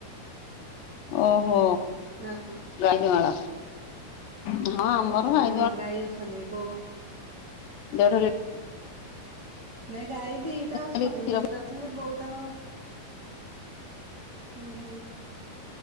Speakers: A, on the left; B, on the right.
A: ଓହୋ।
B: ଆ କଣ?
A: ଗାଈ ଦୁଆଁଳ ହଁ ଆମର ଗାଈ
B: ହୁଁ ଗାଈ ଅଛନ୍ତି ବୋଉ
A: ଦେଢ଼ ଲି
B: ନାଇ ଗାଈ ଦିଟା ଅଛନ୍ତି
A: କ୍ଷୀର
B: ଦିଟା ଅଛନ୍ତି ଯେ ବୋଉ ତାଙ୍କ ହୁଁ ହୁଁ।